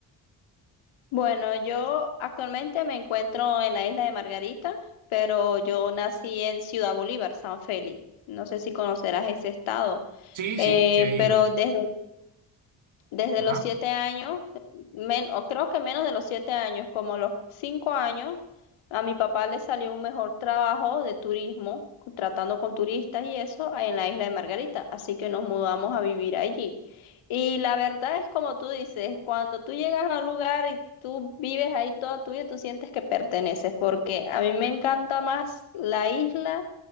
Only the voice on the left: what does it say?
Bueno, yo actualmente me encuentro en la isla de Margarita, pero yo nací en Ciudad Bolívar, San Félix. No sé si conocerás ese estado,
eh,
pero desde, desde
los siete años, men- o creo que menos de los siete años, como los cinco años, a mi papá le salió un mejor trabajo de turismo, tratando con turistas y eso, en la isla de Margarita. Así que nos mudamos a vivir allí. Y la verdad es como tú dices, cuando tú llegas a un lugar y tú vives ahí toda tu vida, tú sientes que perteneces, porque a mí me encanta más la isla